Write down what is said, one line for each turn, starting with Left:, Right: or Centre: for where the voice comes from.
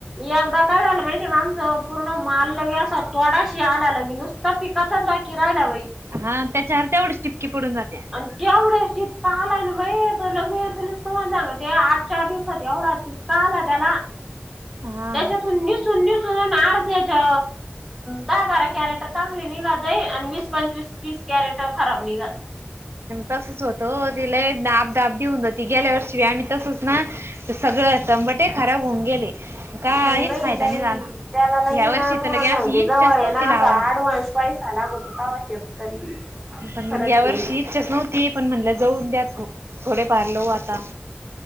Centre: एगदा काय झालं माहितीे येका आमचं पूर्ण माल लगी असं तोडाशी आला लगी नुसतं पिकाचा <unintelligible> राहिला बाई
Right: हा त्याच्यावर तेवढीच टिपकी पडून जात्या
Centre: केवढे शिक तर आला ना बाई लगी येतोय, लगी येतोय. तुम्हाला सांगते आठ चार दिवसात एवढा टीपका आला त्याला,
Right: हा
Centre: त्याच्यातून निस निखळुन निखळुन अर्ध्याच्या दहा बारा कॅरेट चांगली निघातय आणि वीस पंचवीस तीस कॅरेट खराब निघत
Right: तसंच होतं तिल दाब दाब देऊन जाती, गेल्यावर्षी आम्ही तसंच ना सगळं तंबाटे खराब होऊन गेले. काहीच
Centre: नाही बाई
Right: फायदा
Centre: लई,
Right: नाही झाला
Centre: त्याला लगी
Right: या
Centre: ना
Right: वर्षी
Centre: तुम्हाला
Right: तर लगे
Centre: सांगते
Right: अशी इच्छाच
Centre: जवळ ये
Right: नव्हती
Centre: ना
Right: लावाला
Centre: असा आडवान्स पैसा लागतो तेव्हा शेतकरी,
Right: पण
Centre: खरंच
Right: मग या
Centre: ये.
Right: वर्षी इच्छाच नव्हती पण म्हणलं जाऊन द्या थो, थोडे फार लवू आता.